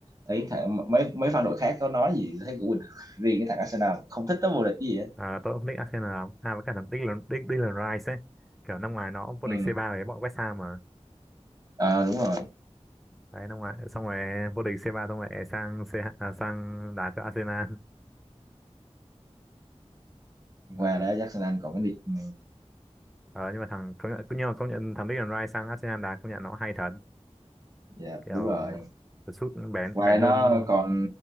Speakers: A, on the right (about 30°); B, in the centre.
A: thấy thằng mấy mấy fan đội khác có nói gì thấy cũng bình thường. <laughs> Riêng cái thằng Arsenal không thích nó vô địch cái gì hết.
B: Ờ, tôi cũng thích Arsenal lắm à với cả thằng Declan Dick- Declan Rice ấy kiểu năm ngoài nó cũng vô
A: Ừ.
B: địch C3 với bọn West Ham mà
A: Ờ đúng rồi.
B: đấy năm ngoài xong rồi vô địch C3 xong rồi sang C, à, sang đá cho Arsenal ừ
A: Qua đó Jackson Anh còn cái nick ừ,
B: Ờ, nhưng mà thằng công nhận, nhưng mà công nhận thằng Declan Rice sang Arsenal đá công nhận nó hay thật
A: dạ
B: kiểu
A: đúng rồi.
B: sút bén
A: Qua
B: bén
A: đây
B: hơn
A: nó còn